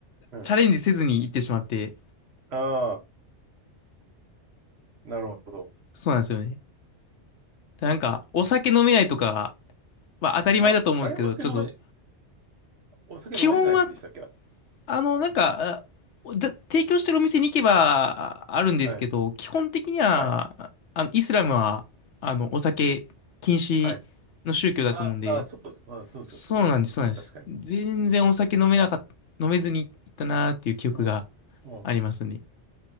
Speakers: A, on the right; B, on the left.
A: うん。
B: チャレンジせずに行ってしまって、
A: ああ、なるほど。
B: そうなんですよね。なんか、お酒飲めないとかは当たり前だと思うんですけど、
A: はあ、あれお酒飲まれ、
B: ちょっと、
A: お酒飲まれないんでしたっけは
B: 基本は、あの、なんか、あだ提供してるお店に行けばああるんですけど、
A: い。
B: 基本的には、
A: はい。
B: あの、イスラムは、あの、お酒禁止の宗教だと思うんで、
A: はい。ああ、そうです。あ、そうそうそうで。
B: そうなんです、そうなんです。
A: 確かに。
B: 全然お酒飲めなかった、飲めずに行ったなーっていう記憶が
A: うん。うん。
B: ありますね。